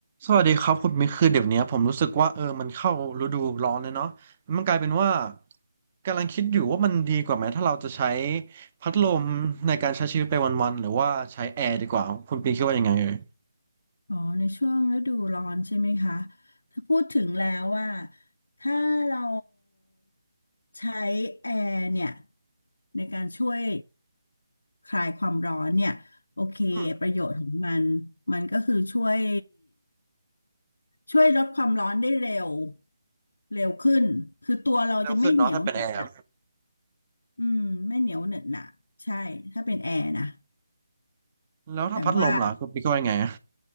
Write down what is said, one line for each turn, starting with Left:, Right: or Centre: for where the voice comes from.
Right: สวัสดีครับคุณมิกคือเดี๋ยวเนี้ยผมรู้สึกว่าเออมันเข้าฤดูร้อนเลยเนาะมันกลายเป็นว่ากำลังคิดอยู่ว่ามันดีกว่าไหมถ้าเราจะใช้พัดลมในการใช้ชีวิตไปวันๆหรือว่าใช้แอร์ดีกว่าคุณปิงคิดว่ายังไงเอ่ย
Left: อ๋อในช่วงฤดูร้อนใช่ไหมคะถ้าพูดถึงแล้วว่าถ้าเราใช้แอร์เนี่ยในการช่วยคลายความร้อนเนี่ยโอเคประโยชน์ของมันมันก็คือช่วย
Right: อืม
Left: ช่วยลดความร้อนได้เร็วเร็วขึ้นคือตัวเราจะไม่เหนียวเหนอะหนะ
Right: เร็วขึ้นเนาะถ้าเป็นแอร์
Left: อืมไม่เหนียวเหนอะหนะใช่ถ้าเป็นแอร์นะ
Right: แล้วถ้าพัดลมล่ะคุณปิงคิดว่ายังไงอะ
Left: แต่ว่า